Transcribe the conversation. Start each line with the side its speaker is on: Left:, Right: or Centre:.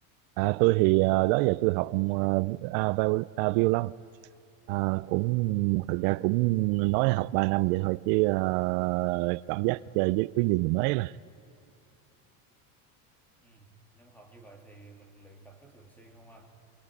Right: À, tôi thì ờ, đó giờ tôi học ờ, à, viol- à, violon à, cũng thật ra cũng nói là học 3 năm vậy thôi chứ ờ, cảm giác chơi với cái gì thì mới mà
Centre: ừ nếu mà học như vậy thì mình luyện tập có thường xuyên không ạ